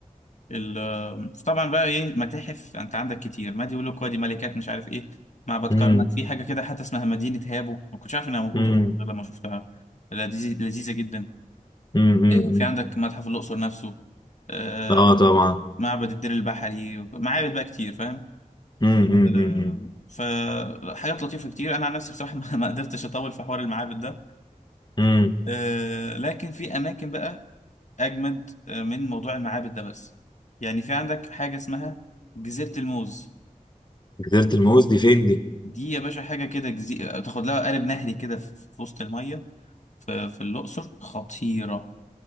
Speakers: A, on the left; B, on the left.
A: ال- طبعا بقى ايه متاحف انت عندك كتير ما دي يقول لك وادي ملكات مش عارف ايه معبد
B: امم
A: كرنك في حاجه كده حتى اسمها مدينه هابو ما كنتش عارف انها موجوده
B: امم
A: اصلا غير لما شفتها لذيذ- لذيذه جدا
B: امم امم
A: آه، في عندك متحف الاقصر نفسه آه،
B: اه طبعا
A: معبد الدير البحري معابد بقى كتير فاهم
B: امم امم
A: آه،
B: امم
A: فحاجات لطيفه كتير انا عن نفسي بصراحه <laughs> ما ما قدرتش اطول في حوار المعابد ده
B: امم
A: آه، لكن في اماكن بقى اجمد آه، من موضوع المعابد ده بس يعني في عندك حاجه اسمها جزيره الموز
B: جزيره الموز دي فين دي
A: دي يا باشا حاجه كده جزيره تاخد لها قارب نهري كده في في وسط الميه في في الاقصر خطيره